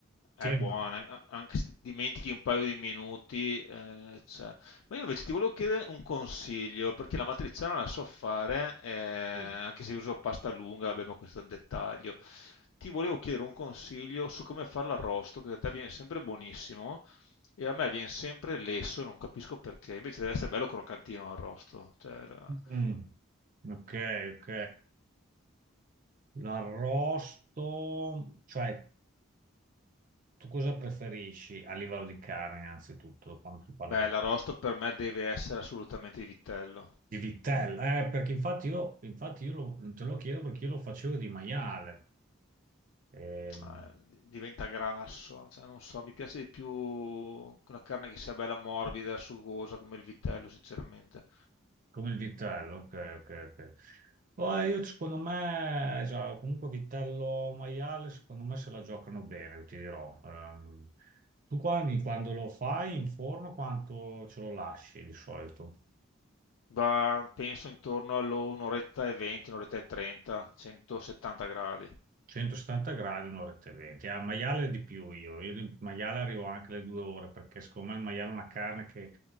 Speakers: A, on the left (about 75°); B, on the right (about 40°).
A: è
B: Sembra.
A: buona, a- anche se ti dimentichi un paio di minuti. eh, c'è. Ma io invece ti volevo chiedere un consiglio, perché la matriciana la so fare, eh, anche
B: Sì.
A: se uso pasta lunga, vabbè, ma questo è un dettaglio. Ti volevo chiedere un consiglio su come fare l'arrosto, che da te viene sempre buonissimo, e a me viene sempre lesso, non capisco perché, invece deve essere bello croccantino l'arrosto. Cioè, la-
B: Mm. Ok, ok. L'arrosto, cioè tu cosa preferisci a livello di carne innanzitutto quando si parla
A: Beh,
B: di
A: l'arrosto per me deve essere assolutamente di vitello.
B: Di vitella, eh, perché infatti io, infatti io lo- te lo chiedo perché io lo facevo di maiale, ehm,
A: eh, diventa grasso, cioè, non so, mi piace di più una carne che sia bella morbida, sugosa come il vitello, sinceramente.
B: come il vitello, ok, ok, ok. Poi io secondo me, esatto, comunque vitello maiale, secondo me se la giocano bene, io ti dirò. Ehm, tu quando, quando lo fai in forno, quanto ce lo lasci di solito?
A: Ma penso intorno all'un'oretta e 20, un'oretta e 30, 170 gradi.
B: 170 gradi, un'oretta e venti. Al maiale di più io, io di maiale arrivo anche alle due ore, perché secondo me il maiale è una carne che